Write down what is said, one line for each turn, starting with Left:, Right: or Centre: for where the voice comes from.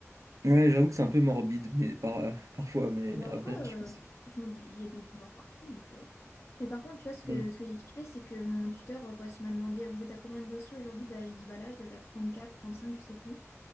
Right: Ouais, j'avoue que c'est un peu morbide, mais par, <laughs> parfois, mais
Left: Bah,
Right: après,
Left: après, euh,
Right: je pense.
Left: pff, je me dis, il y a des morts partout, donc... euh, Mais par contre, tu vois, ce que,
Right: Mm.
Left: ce que j'ai kiffé, c'est que mon tuteur, euh, quand il m'a demandé, vous êtes à combien de dossiers aujourd'hui? Bah, je dis, bah là, je dois être à trente quatre trente cinq je sais plus.